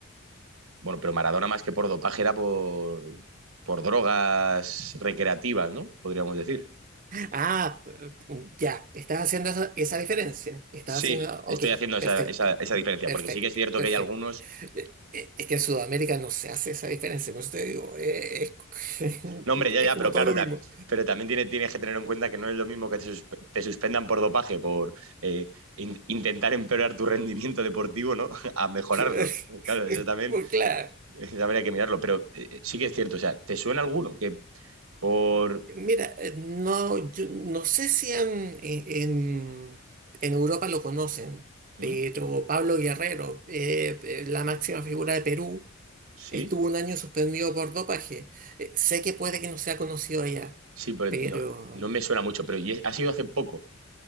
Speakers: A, on the right; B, on the right.
A: Bueno, pero Maradona más que por dopaje era por, por drogas recreativas, ¿no? Podríamos decir.
B: Ah, p- ya, estás haciendo esa, esa diferencia. Estás
A: Sí,
B: haciendo,
A: estoy
B: ok,
A: haciendo esa,
B: perfecto,
A: esa- esa diferencia,
B: perfecto,
A: porque sí que es cierto
B: perfecto.
A: que hay algunos...
B: Eh, eh, Es que en Sudamérica no se hace esa diferencia, por eso te digo, eh, es, <laughs>
A: No, hombre,
B: es
A: ya, ya,
B: como
A: pero
B: todo
A: claro,
B: lo
A: ta-
B: mismo.
A: pero también tiene- tienes que tener en cuenta que no es lo mismo que te, sus- te suspendan por dopaje, por eh, in- intentar empeorar tu rendimiento deportivo, ¿no? <laughs> A mejorarlo.
B: <laughs>
A: Claro, eso también
B: Pues claro,
A: eso habría que mirarlo, pero eh, eh, sí que es cierto, o sea, ¿te suena alguno que por...
B: mira, eh, no, yo no sé si en, en, en Europa lo conocen,
A: ¿Mm?
B: pero Pablo Guerrero, eh, eh, la máxima figura de Perú,
A: ¿Sí?
B: Estuvo un año suspendido por dopaje. Eh, sé que puede que no sea conocido allá,
A: Sí, pero
B: pero
A: no, no me suena mucho, pero ¿y es- ha sido hace poco?